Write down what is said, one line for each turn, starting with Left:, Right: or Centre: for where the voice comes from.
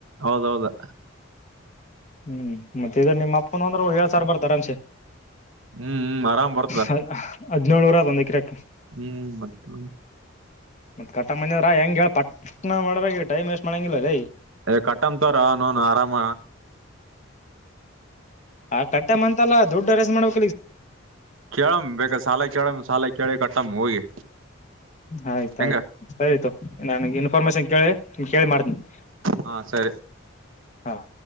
Right: ಹೌದೌದು
Left: ಹ್ಮ್ ಮತ್ತೆ ಇದ ನಿಮ್ಮ ಅಪ್ಪನ ಅಂದ್ರ ಏಳ್ ಸಾರ್ ಬರ್ತಾರ ಆರಾಮಸೆ
Right: ಹ್ಮ್ ಹ್ಮ್ ಆರಾಮ್ ಬರ್ತದ
Left: ಹದ ಹದಿನೇಳುರ ಬಂದ ಐಟಿ
Right: ಹ್ಮ್ ಮ
Left: ಮತ್ ಕಟ್ಟ ಮನದ್ರ ಹೆಂಗ ಹೇಳ ಪಟ್ನ ಮಾಡ್ಬೇಕ ಟೈಮ್ ವೇಸ್ಟ್ ಮಾಡಂಗಿಲ್ಲ ಲೈ
Right: ಕಟ್ಟಮ ತೋರೋ ನೌನ ಆರಾಮ
Left: ಆ ಕಟ್ಟಮ ಅಂತಲ್ಲ ದುಡ್ಡ ಅರೇಂಜ್ ಮಾಡದು
Right: ಕೇಳಮ ಬೇಕ ಸಾಲ ಕೇಳಮ ಸಾಲ ಕೆೇಳಿ ಕಟ್ಟಮ್ಮ ಹೋಗಿ
Left: ಆಯ್ತಾಯ್ತು
Right: ಹೆಂಗ
Left: ಸರಿತೋ ನನಗೆ ಇನ್ಫಾರ್ಮೇಶನ್ ಕೇಳಿ ಕೇಳಿ ಮಾಡ್ತೀನಿ ತೊ
Right: ಹಾ ಸರಿ
Left: ಹಾಂ